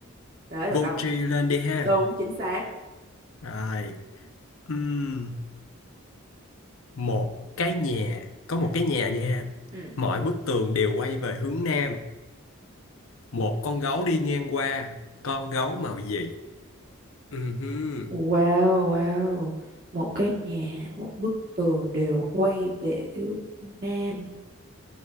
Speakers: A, on the right; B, on the left.
A: để được
B: Vô
A: ông
B: tri lên đi ha.
A: đúng chính xác
B: Rồi. Ừm, một cái nhà, có một
A: ừ
B: cái nhà nha.
A: ừ
B: Mọi bức tường đều quay về hướng nam. Một con gấu đi ngang qua. Con gấu màu gì? Ừhưm.
A: Wow, wow. Một cái nhà, một bức tường đều quay về hướng Nam.